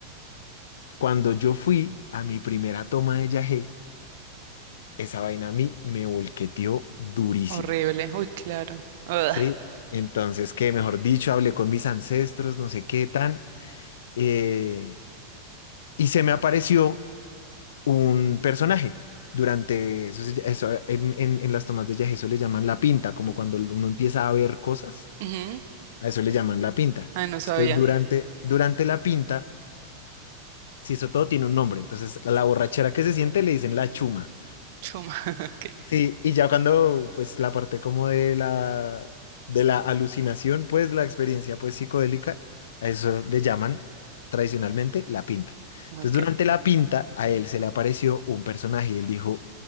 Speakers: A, on the left; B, on the right.
A: cuando yo fui a mi primera toma de yagé, esa vaina a mí me volqueteó durísimo,
B: Horrible. Uy, claro. Ugh.
A: ¿sí? Entonces, que mejor dicho, hablé con mis ancestros, no sé qué tan, eh, y se me apareció un personaje. Durante eso, se ll- eso, en, en- en las tomas de yagé, eso le llaman la pinta, como cuando uno empieza a ver cosas,
B: Ujú.
A: a eso le llaman la pinta.
B: Ah, no
A: Entonces,
B: sabía.
A: que durante, durante la pinta Sí, eso todo tiene un nombre. Entonces, a la borrachera que se siente le dicen la chuma.
B: Chuma. <laughs> Ok.
A: Sí, Y ya cuando, pues, la parte como de la, de la alucinación, pues, la experiencia, pues, psicodélica, a eso le llaman tradicionalmente la pinta.
B: Ok.
A: Entonces, durante la pinta, a él se le apareció un personaje y él dijo,